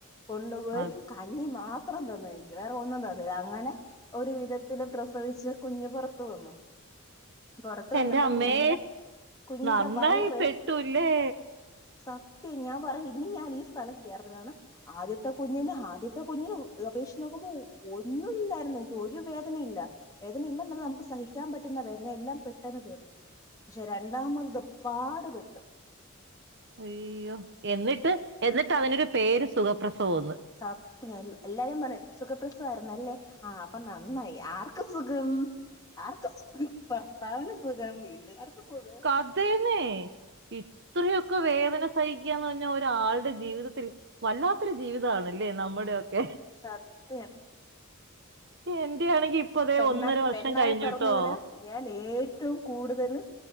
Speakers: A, on the left; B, on the right.
A: കൊണ്ടുപോയി
B: അത്
A: കഞ്ഞി മാത്രം തന് എനിക്ക് വേറെ ഒന്നും തന്നില്ല അങ്ങനെ ഒരു വിധത്തില് പ്രസവിച്ച് കുഞ് പുറത്ത് വന്ന് പൊറത്ത് വന്നപ്പോ
B: എന്റെ അമ്മേ
A: കുഞ്ഞിന്റെ കുഞ്ഞിന്റെ
B: നന്നായി
A: വയറ്
B: പെട്ടുല്ലേ
A: സത്യം ഞാൻ പറഞ ഇനി ഞാൻ ഈ സ്ഥലം കേറത്തില്ലന്ന് പറഞ്ഞ ആദ്യത്തെ കുഞ്ഞിന് ആദ്യത്തെ കുഞ്ഞിനെ അപേക്ഷിച്ച് നോക്കുമ്പോ ഒന്നുല്ലായിരുന്നു എനിക്ക് ഒരു വേദനയില്ല വേദനയില്ല എന്നല്ല നമുക്ക് സഹിക്കാൻ പറ്റുന്ന വേദനയെല്ലാം പെട്ടെന്ന് തീർന്നു പക്ഷെ രണ്ടാമത് പാട് പെട്ട്
B: അയ്യോ എന്നിട്ട് എന്നിട്ട് അതിനൊരു പേര് സുഖപ്രസവോന്
A: സത്യം എല്ലാരും പറയും സുഖപ്രസവായിരുന്നല്ലേ ആ പ്പൊ നന്നായി ആർക്ക് സുഖം ആർക്ക് സുഖം ഭർത്താവിന് സുഖം വീട്ടുകാർക്ക് സുഖം
B: അത്യന്നെ ഇത്രയൊക്കെ വേദന സഹിക്കാന്ന് പറഞ്ഞാ ഒരാളുടെ ജീവിതത്തിൽ വല്ലാത്ത വല്ലാത്ത ഒരു ജീവിതണല്ലേ നമ്മുടെ ക്കെ
A: സത്യം
B: എന്റെ ആണെങ്കി ഇപ്പ ദേ
A: പെണ്ണ
B: ഒന്നര വർഷം
A: പെണ്ണായി
B: കഴിഞ്ഞുട്ടോ
A: പിറന്നതിനു ഞാൻ ഏറ്റവും കൂടുതൽ